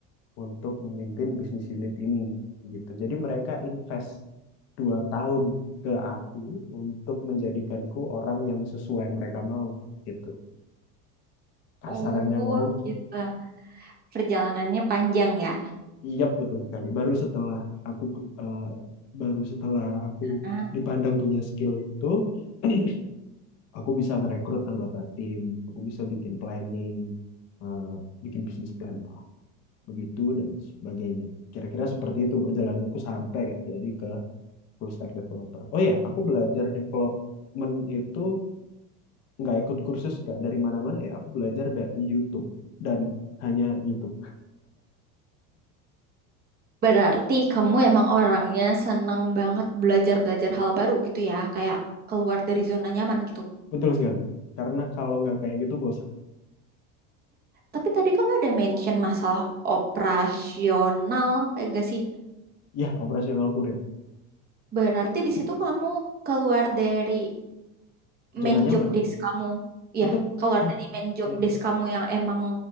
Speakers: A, on the left; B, on the right.
A: untuk memimpin bisnis unit ini gitu. Jadi mereka invest dua tahun ke aku untuk menjadikanku orang yang sesuai mereka mau gitu. Kasarannya
B: Oh,
A: ngomong seperti
B: gitu.
A: itu.
B: Perjalanannya panjang ya.
A: Iya betul sekali. Baru setelah aku eh, baru setelah aku
B: Ah,
A: dipandang punya skill itu, <clears throat> aku bisa ngerekrut anggota tim, aku bisa bikin planning, eh, bikin bisnis plan lah, begitu dan sebagainya. Kira-kira seperti itu perjalananku sampai kayak jadi ke full stack developer. Oh ya, aku belajar development itu nggak ikut kursus nggak dari mana-mana ya. Aku belajar dari YouTube dan hanya YouTube.
B: Berarti kamu emang orangnya senang banget belajar-belajar hal baru gitu ya, kayak keluar dari zona nyaman gitu.
A: Betul sekali. Karena kalau nggak kayak gitu bosen.
B: Tapi tadi kamu ada mention masalah operasional, ya gak sih?
A: Ya, operasional kurir.
B: Berarti di situ kamu keluar dari
A: Zona
B: main
A: nyaman.
B: job desk kamu,
A: Betul.
B: ya, keluar
A: Ya,
B: dari main job
A: ya,
B: desk kamu yang emang